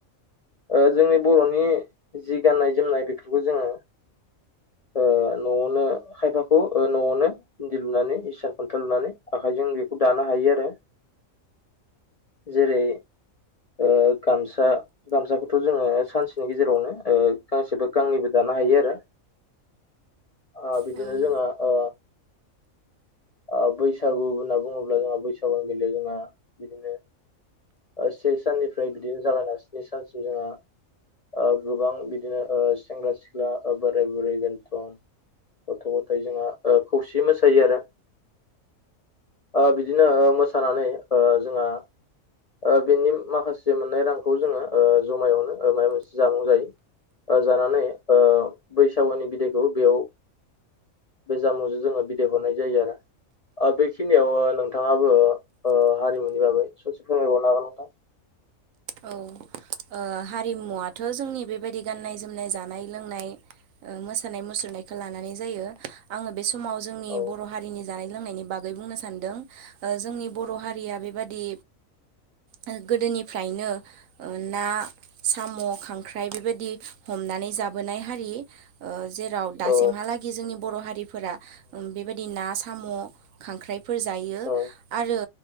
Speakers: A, on the left; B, on the right.
A: ओ जोंनि बर'नि जि गाननाय जोमनाय बेफोरखौ जोङो ओ न'आवनो खायफाखौ ओ न'आवनो इन्दि लुनानै इसान खन्था लुनानै आखाइजों बेखौ दानो हायो आरो। जेरै ओ गामसा गामसाखौथ' जोङो सानसेनि गेजेरावनो ओ गांसेबा गांनैबो दा नो हायो आरो ओ बिदिनो
B: औ
A: जोंङो ओ ओ बैसागु होनना बुङोब्ला जोंहा बैसागुआ गेलेयो जोंहा बिदिनो ओ से साननिफ्राय बिदिनो जागायना स्नि सानसिम जोंहा ओ गोबां बिदिनो ओ सेंग्रा सिख्ला ओ बोराय बुरै बेनथ' गथ' गथाइ जोंहा ओ खौसे मोसायो आरो। ओ बिदिनो ओ मोसानानै ओ जोंहा ओ बेनि माखासे मोननाय रांखौ ओ जोङो ओ जमायावनो माबा मोनसे जामुं जायो। ओ जानानै ओ बैसागुनि बिदायखौ बेयाव बे जामुं जोङो बिदाय हरनाय जायो आरो। ओ बेखिनियाव ओ नोंथाङाबो हारिमुनि बागै ससे फोरमायबावनो हागोन नोंथां। <inaudible> <unintelligible>
B: औ ओ हारिमुवाथ' जोंनि बेबायदि गाननाय जोमनाय जानाय लोंनाय मोसानाय मुसुरनायखौ लानानै जायो आङो बे समाव जोंनि
A: औ
B: बर' हारिनि जानाय लोंनायनि बागै बुंनो सानदों जोंनि बर' हारिया बेबादि आरो गोदोनिफ्राय फ्रायनो ना साम' खांख्राइ बेबायदि हमनानै जाबोनाय हारि।
A: <inaudible> <unintelligible>
B: ओ जेराव दासिमहालागै
A: औ
B: जोंनि बर' हारिफोरा बेबायदि ना सा साम' खांख्राइफोर जायो
A: औ
B: आरो